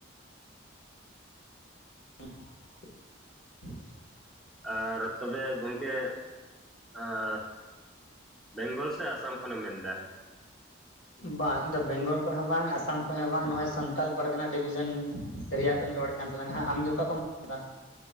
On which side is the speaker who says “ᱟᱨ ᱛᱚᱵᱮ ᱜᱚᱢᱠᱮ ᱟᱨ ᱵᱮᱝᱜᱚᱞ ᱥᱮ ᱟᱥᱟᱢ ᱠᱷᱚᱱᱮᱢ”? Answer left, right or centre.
Centre